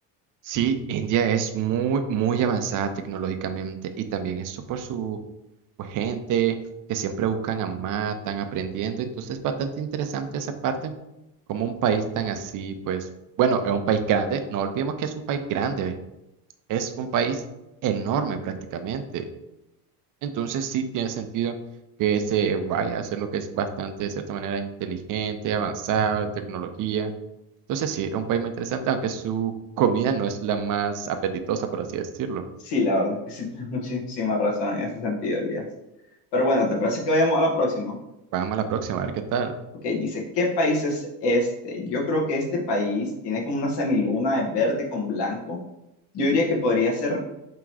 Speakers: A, on the right (about 40°); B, on the left (about 55°).
A: Sí, India es muy, muy avanzada tecnológicamente y también eso por su pues, gente que siempre buscan a más, están aprendiendo. Entonces, bastante interesante esa parte, como un país tan así, pues, bueno, es un país grande, no olvidemos que es un país grande, es un país enorme prácticamente. Entonces sí tiene sentido que se vaya a hacer lo que es bastante, de cierta manera, inteligente, avanzado, de tecnología. Entonces sí, es un país muy interesante, aunque su comida no es la más apetitosa, por así decirlo.
B: Sí, la verdad es que sí, <laughs> tienes muchísima razón en ese sentido, Elías. Pero bueno, ¿te parece que vayamos a la próxima?
A: Vamos a la próxima, a ver qué tal.
B: Ok, dice, ¿qué país es este? Yo creo que este país tiene como una semiluna de verde con blanco. Yo diría que podría ser